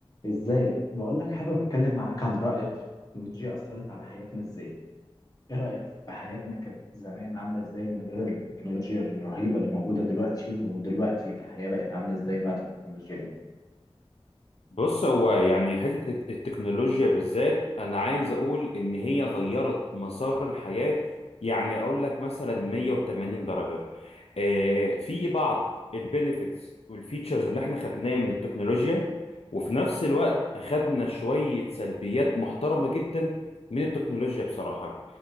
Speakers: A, on the left; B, on the left.
A: ازيك بقول لك حابب اتكلم معاك عن رايك في التكنولوجيا اثرت على حياتنا ازاي ايه رايك في حياتنا كانت زمان عامله ازاي من غير التكنولوجيا الرهيبه اللي موجوده دلوقتي ودلوقتي الحياه بقت عامله ازاي بعد التكنولوجيا دي
B: بص هو يعني حتة التك- التكنولوجيا بالذات أنا عايز أقول إن هي غيرت مسار الحياة يعني أقول لك مثلا 180 درجة آه في بعض البينيفيتس والفيتشرز اللي إحنا خدناها من التكنولوجيا وفي نفس الوقت أخدنا شوية سلبيات محترمة جدا من التكنولوجيا بصراحة